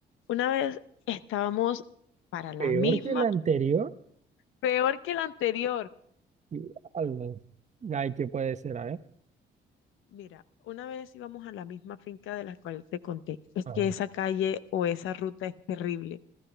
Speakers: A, on the left; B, on the right.
A: Una vez estábamos para la
B: peor
A: misma,
B: que la anterior,
A: peor que la anterior.
B: y, al- ay, ¿qué puede ser? A ver,
A: Mira, una vez íbamos a la misma finca de la cual te conté. Es
B: ajá,
A: que esa calle o esa ruta es terrible.